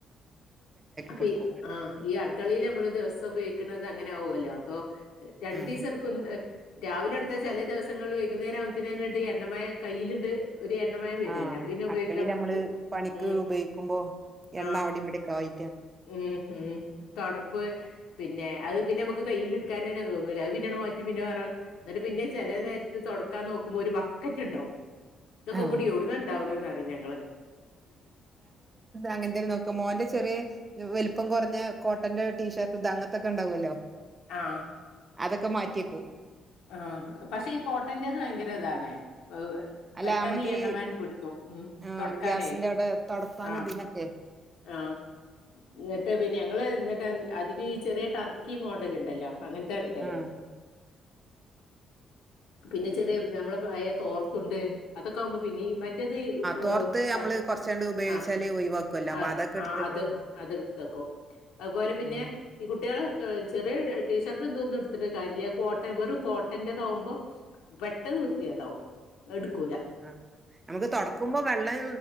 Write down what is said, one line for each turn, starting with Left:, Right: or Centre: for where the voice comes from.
Left: <unintelligible>
Right: കൊടുക്കും
Left: ആഹ് ഈ അടുക്കളയില് നമ്മള് ദിവസം ഉപയോഗിക്കണത് അങ്ങനെയാവുല്ലോ അപ്പൊ രണ്ടീസെടുക്ക
Right: ആ
Left: ക്കും, രാവിലെ എടുത്ത ചെലേ ദിവസങ്ങളിൽ വൈകുന്നേരം ആവുത്തേനായിട്ട് എണ്ണമയം കയ്യിലുണ്ട്. ഒരു എണ്ണമയം വരുമല്ലോ
Right: ആഹ്
Left: അപ്പൊ പിന്നെ ഉപയോഗിക്കാൻ
Right: അടുക്കളേല് മ്മള് പണിക്ക്
Left: ഉം
Right: ഉപയോഗിക്കുമ്പോ എണ്ണ
Left: ആ
Right: അവിടേം ഇവിടേക്കെ ആയി
Left: ഉം ഉം തൊടപ്പ് പിന്നെ അത് പിന്നെ നമുക്ക് കൈയിൽ എടുക്കാൻ തന്നെ തോന്നൂല, അത് പിന്നെയങ്ങട്ട് മാറ്റി പിന്നെ വേറെ എന്നിട്ട് പിന്നെ ചെലേ നേരത്ത് തൊടക്കാൻ നോക്കുമ്പോ ഒരു ബക്കറ്റ് ഉണ്ടാവും. ഇതൊക്കെ
Right: ആ
Left: കൂടി എവിടുന്നണ്ടാവണേന്ന്‌റയും ഞങ്ങള്
Right: അങ്ങനത്തേനു ക്ക് മോന്റെ ചെറിയ വലുപ്പം കുറഞ്ഞ കോട്ടന്റെ ടീഷർട്ട് ഇത് അങ്ങനത്തൊക്കെ ഉണ്ടാാവുമല്ലോ
Left: ആഹ്
Right: അതൊക്കെ മാറ്റിവെക്കും.
Left: ആഹ് പക്ഷെ ഈ കോട്ടന്റെത് ഭയങ്കര ഇതാാണ് <unintelligible>
Right: അല്ല
Left: പെട്ടന്നീ
Right: നമ്മൾക്ക്
Left: എണ്ണമയൻ
Right: ഈ
Left: പിടിക്കും ഉം
Right: ആഹ്
Left: തൊടക്കാനേ
Right: ഗ്യാസിന്റെ അവിടെ തൊടക്കാനും
Left: ആഹ്
Right: ഇതിനൊക്കെ
Left: ആഹ് ന്നിട്ട് പിന്നെ ഞങ്ങള് ന്നിട്ട് അതികം ഈ ചെറിയ ടർക്കി മോഡലുണ്ടല്ലോ അങ്ങനത്തെയാ എടുക്കല്.
Right: ആഹ്
Left: പിന്നെ ചെറിയ നമ്മളെ പയ തോർത്തുണ്ട്, അതൊക്കെ ആകുമ്പോ പിന്നീ മറ്റ് റ്റത് ആഹ്
Right: തോർത്ത്
Left: സ
Right: നമ്മള് കൊറച്ചാണ്ട് ഉപയോഗിച്ചാല്
Left: ആഹ്
Right: ഒഴിവാക്കുവല്ലോ അപ്പൊ
Left: അ
Right: അതൊക്കെ
Left: അത്
Right: എടുത്തേക്കും
Left: അത് അതെടുത്തെക്കും. അതുപോലെ പിന്നെ
Right: ഉം
Left: ഈ കുട്ട്യാളെ ചെറിയ ടീഷർട്ടും ഇതൊന്നും എടുത്തിട്ട് കാര്യല്ല കോട്ട <unintelligible> വെറും കോട്ടന്റെതാകുമ്പോ പെട്ടെന്ന് വൃത്തിയേടാവും, അതെടുക്കൂല.
Right: ആഹ് നമുക്ക് തുൊടക്കുമ്പോ വെള്ളം